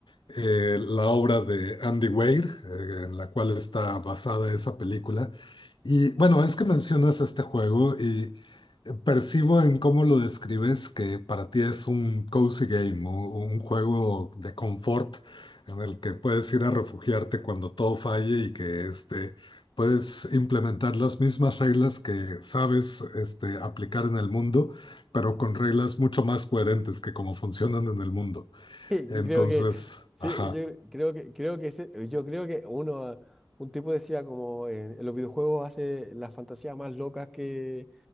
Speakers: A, on the left (about 65°); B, in the centre.
A: eh, la obra de Andy Weir, eh, en la cual está basada esa película. Y bueno, es que mencionas este juego y eh, percibo en cómo lo describes que para ti es un cozy game, u- un juego de confort en el que puedes ir a refugiarte cuando todo falle y que este, puedes implementar las mismas reglas que sabes este, aplicar en el mundo pero con reglas mucho más coherentes que como funcionan en el mundo.
B: <laughs> Y
A: Entonces,
B: creo que, sí,
A: ajá.
B: yo cre- creo que, creo que ese- yo creo que uno, ah, un tipo decía como eh, en los videojuegos hace las fantasías más locas que,